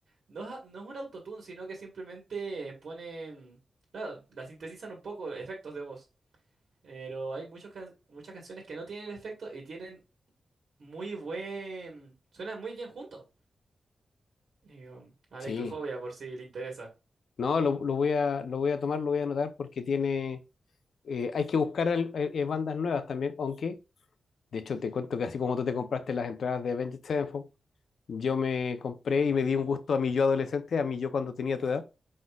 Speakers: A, on the right; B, on the left.
A: No es, a- no es un autotune, sino que simplemente ponen, claro, la sintetizan un poco, efectos de voz. Pero hay muchos can- muchas canciones que no tienen efecto y tienen muy buen, suenan muy bien juntos. Y, um, a
B: Sí.
A: Electrofobia, por si le interesa.
B: No, lo, lo voy a, lo voy a tomar, lo voy a anotar porque tiene. eh, hay que buscar al- eh, eh, bandas nuevas también, aunque, de hecho, te cuento que así como tú te compraste las entradas de Avenged Sevenfold, yo me compré y me di un gusto a mi yo adolescente, a mi yo cuando tenía tu edad,